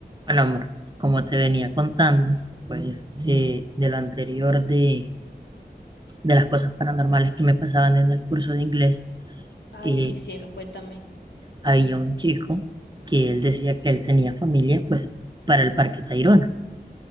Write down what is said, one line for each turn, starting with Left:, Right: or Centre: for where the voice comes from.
Right: Bueno, amor, como te venía contando, pues de, de lo anterior de, de las cosas paranormales que me pasaban en el curso de inglés,
Left: Ay,
Right: eh,
Left: sí, cielo, cuéntame.
Right: había un chico que él decía que él tenía familia, pues, para el Parque Tayrona.